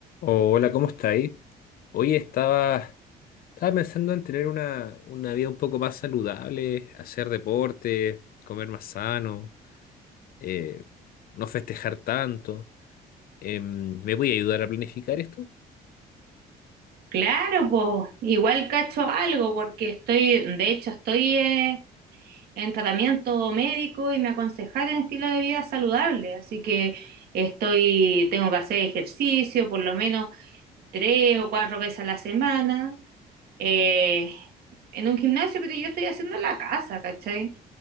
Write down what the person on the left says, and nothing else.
Hola, ¿cómo estáis? Hoy estaba, estaba pensando en tener una, una vida un poco más saludable, hacer deporte, comer más sano, eh, no festejar tanto. Em, ¿me voy a ayudar a planificar esto?